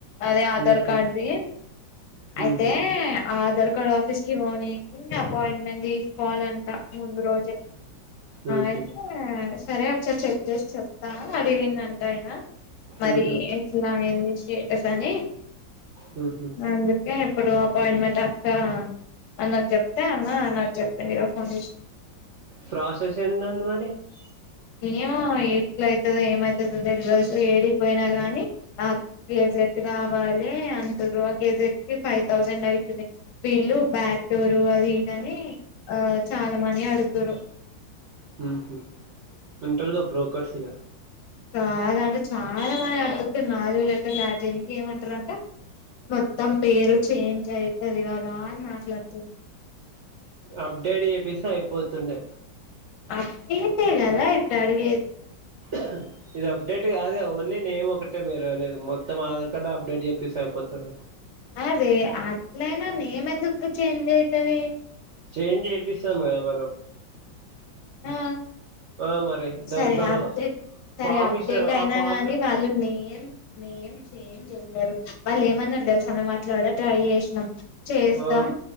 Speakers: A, on the left; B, on the right.
A: అదే ఆధార్
B: మ్మ్హ్మ్.
A: కార్డుది అయితే
B: మ్మ్హ్మ్.
A: ఆధార్ కార్డ్ ఆఫీస్ కి పొని అపాయింట్మెంట్ తీసుకోవాలంట ముందు రోజే
B: ఉం
A: అయితే ఆ సరే ఒకసారి చెక్ చేసి చెప్తాను అడిగిందింట ఆయన మరి
B: మ్మ్హ్మ్.
A: ఇలా ఎందుకు స్టేటస్ అని
B: మ్మ్హ్మ్.
A: అందుకు హే ఇప్పుడు అపాయింట్మెంట్ అక్క అది నాకు చెప్తే అన్న నాకు చెప్పండు ఇ ఫోన్ చేసి
B: ప్రాసెస్ ఏందండి మరి
A: శ ఏమో ఏట్ల అయితదో ఏమవుతదో తెలియదు గాని ఏడికి పోయినగాని గెజెట్ కావాలి అంటరు ఆ గెజెట్ కి ఫైవ్ థౌజండ్ అవుతుది. వీళ్ళు బ్యాక్డోర్ అది ఇదని ఆ చాలా మని అడుగుతారు.
B: హుం ఇంటర్ల్గా బ్రోకర్ సిగా
A: చాలా అంటే చాలా మాయాక్కి నాలుగు లెటర్ యాడ్ చేయడానికి ఏమంటారు అంటే మొత్తం పేరు చేంజ్ అయితది కదా అని మాట్లాడుతుారు
B: అప్డేట్ చేపిస్తే అయిపోతుండే
A: అప్డేట్ కే కదా ఇప్పుడు ఇట్టా అడిగేది
B: అ ఇది అప్డేట్ కాదు కదా ద ఓన్లీ నేమ్ ఒకటే మీరు అనేది మొత్తం ఆధార్ కార్డు అప్డేట్ చెప్పేసి అయిపోతాది
A: అదే అట్లైనా నేమ్ ఎందుకు చేంజ్ అయితది
B: చేంజ్ చేపిస్తాం కదా మనం
A: ఆ
B: ఆ మరి దాంట్లో
A: సరే అప్డేట్ సరే
B: ఫామ్
A: అప్డేట్
B: ఇస్తారు
A: అయినా
B: ఆ ఫామ్
A: గాని
B: లో
A: వాళ్ళు నేమ్ నేమ్ చేంజ్ చేయారు వాళ్ళు ఏమన్నారు తెలుసా మేం అట్లకూడా ట్రై చేసినాం చేస్తాం
B: ఆ